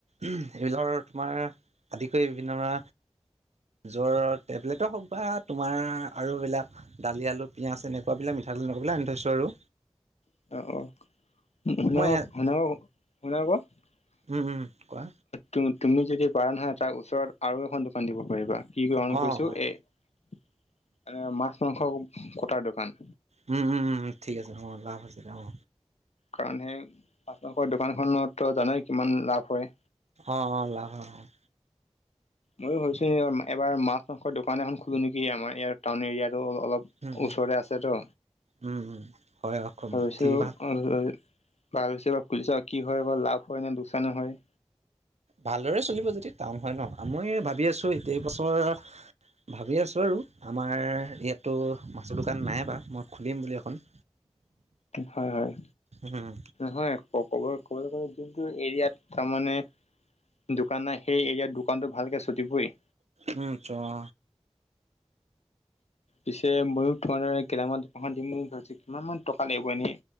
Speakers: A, on the right; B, on the left.
A: উম ধৰ তোমাৰ আদি কৰি বিভিন্ন ধৰা জ্বৰৰ টেবলেট হওক বা তোমাৰ আৰু এইবিলাক দালি আলু পিয়াজ এনেকুৱা বিলাক মিঠাতেল <unintelligible> আনি থৈছোঁ আৰু।
B: অ
A: মই
B: <unintelligible>
A: উম উম কোৱা।
B: তু-তুমি যদি পাৰা নহয় তাৰ ওচৰত আৰু এখন দোকান দিব পাৰিবা। কি গ্ৰহণ
A: অ',
B: কৰিছো,
A: অ'।
B: এ মাছ-মাংস কটাৰ দোকান।
A: উম-উম-উম-উম ঠিক আছে অ লাভ আছিল অ।
B: কাৰণ সেই মাছ-মাংসৰ দোকানখনতো জানেই কিমান লাভ হয়।
A: অ অ লাভ হয় অ'।
B: মইয়ো ভাবিছো এবাৰ মাছ-মাংসৰ দোকান এখন খোলো নেকি আমাৰ ইয়াত টাউন এৰিয়াতো অলপ
A: উম, উম,
B: ওচৰতে আছেতো
A: উম, উম হয় অ
B: ভাবিছো
A: ঠিক ভাল
B: অ ভাল হৈছে এইবাৰ খুলিছা কি হয়াৰ লাভ হয় নে দোকচানে হয়
A: ভালদৰে চলিব যেতিয়া টাউন হয় ন, আ, মই ভাবি আছোঁ এট এইবছৰ ভাবি আছোঁ আৰু আমাৰ ইয়াততো মাছৰ দোকান নাই বা মই খুলিম বুলি এখন।
B: হয়-হয়।
A: উম,
B: হয় আক কব-ক'বলৈ গ'লে যোনটো এৰিয়াত তাৰ মানে দোকান নাই সেই এৰিয়াত দু দুকানতো ভালকে ছুটিবই।
A: উম, চোৱা
B: পিছে ময়ো তোমাৰ দৰে গেলামাল দোকান এখন দিম বুলি ভাবিছো কিমান মান টকা লাগিব এনেই।